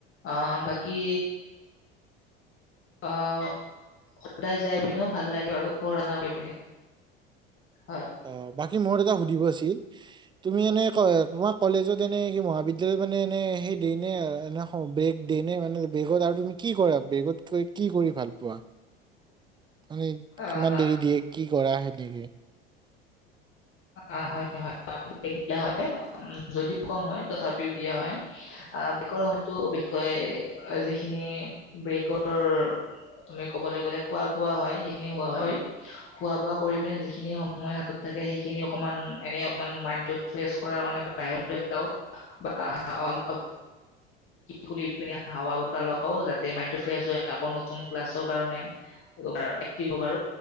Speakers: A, on the left; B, on the right.
A: আহ বাকী। অ সদায় যাই পিনেও ভাল লাগে আৰু বহু ৰান্না কৰি পিনে হয়
B: অ বাকী মত এটা সুধিবছিল। তুমি এনে তোমাৰ কলেজত এনে কি মহাবিদ্যালয় মানে এনে সেই দ ন এনে বেগ দ ন মানে বেগত আৰু তুমি কি কৰা বেগত কি কৰি ভাল পোৱা। মানে
A: আহ
B: কিমান দেৰি দিয়ে কি কৰা সেনেকে।
A: অহ হয়ে দিয়া হয় যদিও কম হয় তথাপিও দিয়া হয় আহ ব্ৰে সময়ো বিশেষকৈ যিখিনি ব্ৰেকৰ তুমি কবলৈ গলে খোৱা বোৱা হয় সেইখিনি খোৱা হয় খোৱা বোৱা কৰি পিনে যিখিনি সময় হাতত থাকে। সেইখিনি অকণমান এনে অকমান মাইণ্ডটো ফ্ৰেছ কৰ কাৰণে বা বাহিৰ যাওঁ বা অলপ খ প হাৱা বতাহ লওঁ যাতে মাইডটো ফ্ৰেছ হয় আকৌ নতুন ক্লাছৰ কাৰণে্টিভ হ'বাৰ